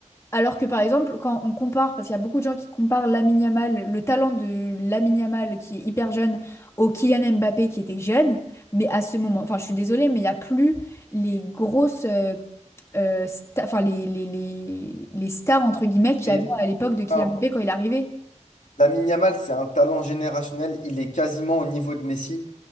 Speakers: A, on the left; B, on the left.
A: Alors que par exemple, quand on compare, parce qu'il y a beaucoup de gens qui comparent Lamine Yamal, le talent de Lamine Yamal qui est hyper jeune, au Kylian Mbappé qui était jeune, mais à ce moment, enfin je suis désolée, mais il n'y a plus les grosses, euh, euh, sta- enfin les, les, les, les stars entre guillemets qu'il
B: Mais
A: y avait à l'époque de Kylian
B: enfin,
A: Mbappé quand il est arrivé.
B: Lamine Yamal, c'est un talent générationnel. Il est quasiment au niveau de Messi.